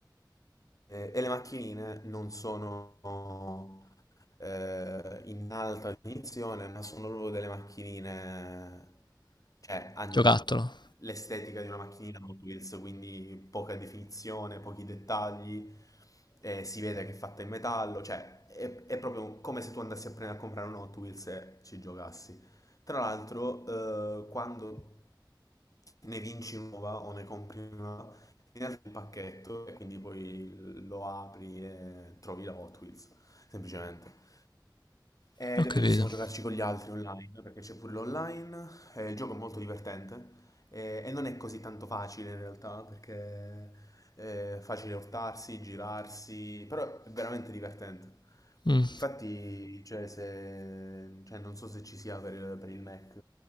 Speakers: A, on the left (about 45°); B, on the left (about 65°).
A: Eh, e le macchinine non sono eh, in alta definizione, ma sono proprio delle macchinine cioè, hanno
B: Giocattolo.
A: l'estetica di una macchinina Hot Wheels, quindi poca definizione, pochi dettagli, eh, si vede che è fatta in metallo, cioè è, è proprio come se tu andassi a prendere a comprare un Hot Wheels e ci giocassi. Tra l'altro, eh, quando ne vinci una nuova o ne compri una, nuova, ti arriva il pacchetto e quindi poi lo apri e trovi la Hot Wheels, semplicemente. Ed
B: Ho
A: è
B: capito.
A: bellissimo giocarci con gli altri online, perché c'è pure l'online, eh, il gioco è molto divertente eh, e non è così tanto facile in realtà, perché è facile urtarsi, girarsi, però è veramente divertente.
B: Mm.
A: Infatti, cioè, se- cioè, non so se ci sia per il, per il Mac,